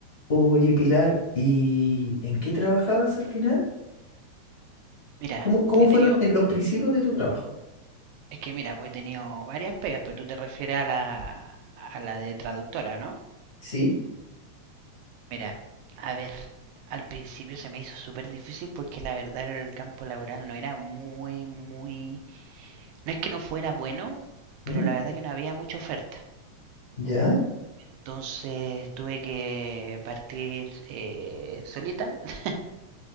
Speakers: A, on the left; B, on the right.
A: Oye, Pilar, ¿y en qué trabajabas al final?
B: Mira,
A: ¿Cómo, cómo
B: he
A: fueron
B: tenido,
A: en los principios de tu trabajo?
B: es que mira, pues he tenido varias pegas, pero tú te refieres a la, a la de traductora, ¿no?
A: ¿Sí?
B: Mira, a ver, al principio se me hizo súper difícil porque la verdad el campo laboral no era muy, muy... No es que no fuera bueno,
A: ¿Mm?
B: pero la verdad que no había mucha oferta.
A: ¿Ya?
B: Entonces tuve que partir eh, solita. <laughs>